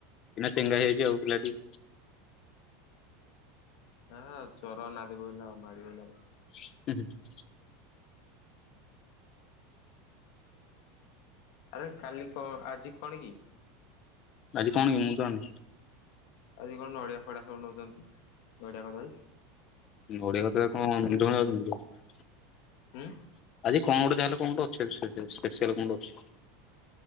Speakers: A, on the left; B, on the left.
A: ଏନା ଚେଙ୍ଗା ହେଇଯାଇଛି ଆଉ ପିଲାଟି।
B: ଅହଃ ଚରନାଦ ବୋଇଲା ଆଉ ମାଡ଼ି ବଇଲା ମ
A: <unintelligible>
B: ଆରେ କାଲି କଣ ଆଜି କଣ କି?
A: ଆଜି କଣ କି ମୁଁ ତ ଆଣିନି।
B: ଆଜି କଣ ନଡ଼ିଆ ଫଡିଆ ସବୁ ନଉଚନ୍ତି ନଡ଼ିଆ କଦଳୀ।
A: ନଡ଼ିଆ କଦଳୀ କଣ ବନ୍ଧୁ ବାନ୍ଧବ ଯାଉଚନ୍ତି କି।
B: ଉଁ
A: ଆଜି କଣ ଗୋଟେ ଯାହାହେଲେ କଣ ଗୋଟେ ଅଛି ଆଜି ପେସିଆଲ ପେସିଆଲ୍ କଣ ଗୋଟେ ଅଛି।